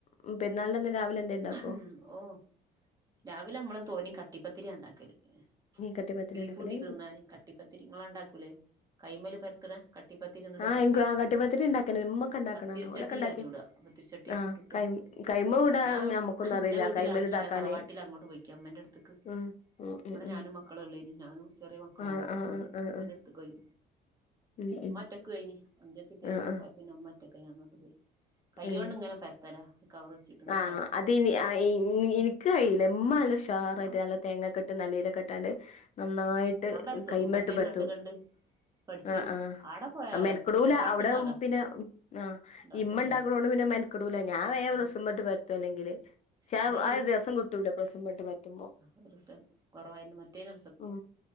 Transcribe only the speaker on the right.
ഉം ഓഹ് രാവിലെ അമ്മള് തോനീം കട്ടിപ്പത്തിരി ആണ്ടാക്കല്. ഏഹ്
ബീഫൂട്ടി
തിന്നാന് കട്ടിപ്പത്തിരി ങ്ങളാ ണ്ടാക്കൂലേ കൈമല് പര്ത്ത്ണെ കട്ടിപ്പത്തിരി ന്നട്ട്
പത്തിരി
പത്തിരിച്ചട്ടീലാ
ചുടാ പത്തിരിച്ചട്ടി
ചുട്ടിട്ട്
ഞാൻ
ന്റെ വീട്ട്ലാക്കില്ല
തറവാട്ടിലങ്ങോട്ട് പോയിയ്ക്ക മ്മ ന്റട്ത്ത്ക്ക്.
വടെ
ഞാനും മക്കളൊള്ളേനി. ഞാനും ചെറിയ മക്കളു
ആണ്. ഉപ്പ
അങ്ങോട്ട്
മ്മന്റെ
ട്ത്ത്ക്കോയി
മ്മറ്റൊക്കു എയ്നി. അഞ്ചത്തി പെങ്ങളും
പോയ പിന്നെ മ്മറ്റൊക്കായി. അങ്ങോട്ട് പോയി കയ്യോണ്ട്
ങ്ങനെ പര്ത്തലാ ഈ കവറ് വെച്ചിട്ട് നല്ലപര്
ഞാൻ
ഞാൻ പരത്തും
ഉമ്മന്റെ
കണ്ട് കണ്ട് പഠിച്ച്
ആടെ പോയാല അതാ
തറവാട്ട്ന്ന്
അതാ
ഉണ്ടാക്ക
വേഗം
ഉം
എന്റെ
ഒര് രസൻ കൊറവായിണ്ട് മറ്റേത്